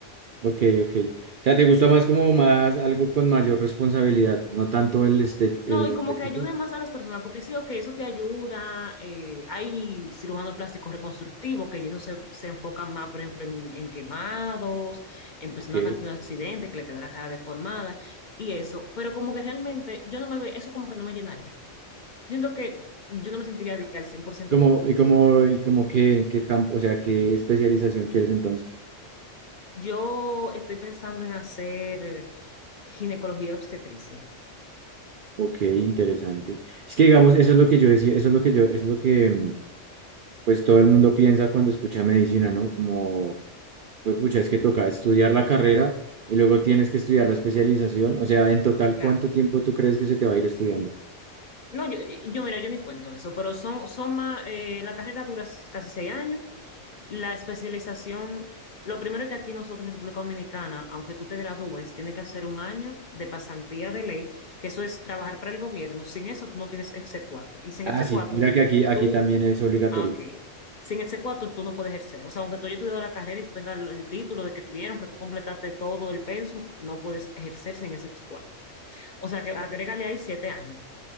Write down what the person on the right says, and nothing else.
Ok, ok. O sea, ¿te gusta
más como más algo con mayor responsabilidad, no tanto el, este, el
estético?
Ok.
Y como,
y
como, y como qué, qué campo, o sea, qué especialización quieres entonces.
Ok, interesante. Es que digamos, eso es lo que yo decía, eso es lo que yo, eso es lo que mm, pues todo el mundo piensa cuando escucha medicina, ¿no? Como, pues pucha, es que toca estudiar la carrera y luego tienes que estudiar la especialización. O sea, en total,
¿cuánto tiempo tú crees que se te va a ir estudiando?
Ah,
sí, mira que aquí, aquí
también es obligatorio.